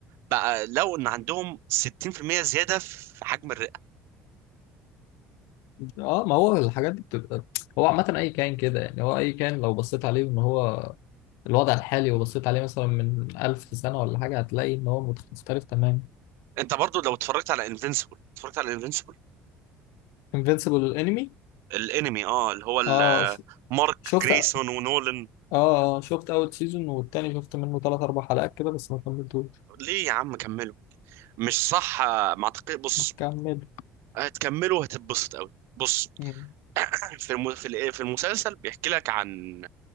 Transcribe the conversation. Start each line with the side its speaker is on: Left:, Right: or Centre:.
Right: بقى لو ان عندهم 60% زياده في حجم الرئه
Left: اه ما هو الحاجات دي بتبقى هو عامة اي كائن كده يعني هو اي كائن لو بصيت عليه ان هو الوضع الحالي وبصيت عليه مثلا من ألف سنة ولا حاجة هتلاقي ان هو مت- مختلف تماما
Right: انت برضو لو اتفرجت على انفينسيبل اتفرجت على انفينسيبل
Left: انفينسيبل انمي
Right: الانمي اه اللي هو ال-
Left: اه ش-
Right: مارك
Left: شفت
Right: جريسون
Left: اه
Right: ونولان
Left: آه، شفت اول سيزون والتاني شفت منه ثلاث اربع حلقات كده بس ما كملتوش
Right: ليه يا عم كملوا مش صح آه، ما اعتقد بص
Left: ما كمل
Right: هتكملوا هتتبسط قوي بص
Left: امم
Right: <clears throat> في الم... في ال- في المسلسل بيحكي لك عن